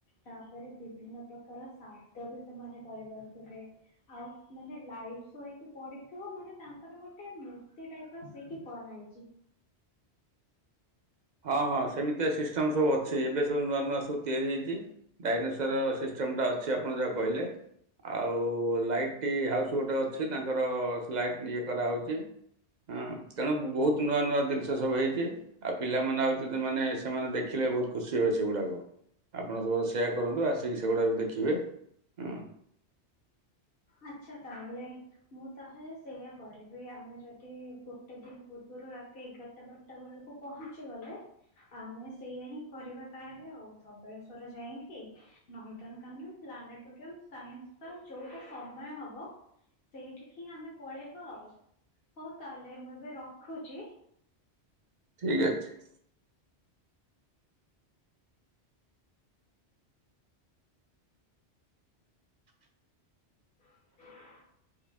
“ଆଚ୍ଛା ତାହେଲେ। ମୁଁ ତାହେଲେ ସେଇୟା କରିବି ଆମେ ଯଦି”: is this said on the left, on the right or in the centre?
Left